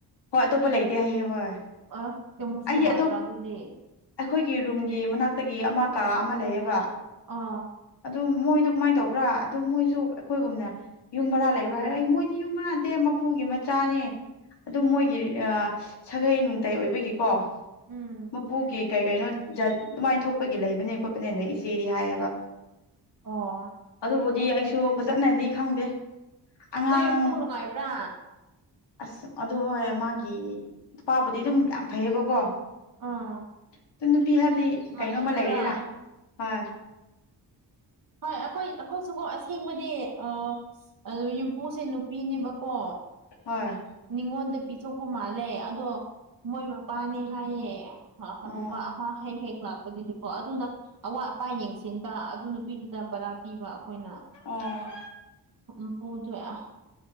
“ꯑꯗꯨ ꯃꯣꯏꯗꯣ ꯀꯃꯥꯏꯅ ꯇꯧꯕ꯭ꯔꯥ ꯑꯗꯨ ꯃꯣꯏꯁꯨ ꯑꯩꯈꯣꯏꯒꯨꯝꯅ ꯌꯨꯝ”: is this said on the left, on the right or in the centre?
Left